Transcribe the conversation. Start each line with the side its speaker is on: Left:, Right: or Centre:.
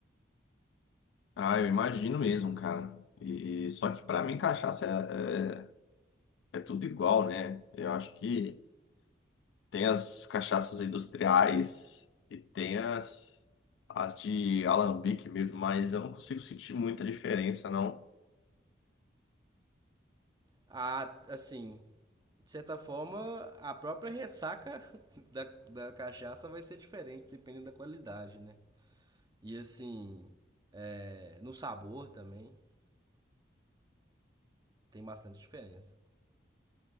Left: Ah, eu imagino mesmo, cara. E, e- só que pra mim cachaça é, é, é tudo igual, né? Eu acho que tem as cachaças industriais e tem as, as de alambique mesmo, mas eu não consigo sentir muita diferença, não.
Right: Ah, assim, de certa forma, a própria ressaca <laughs> da, da cachaça vai ser diferente, dependendo da qualidade, né? E, assim, é, no sabor também, tem bastante diferença.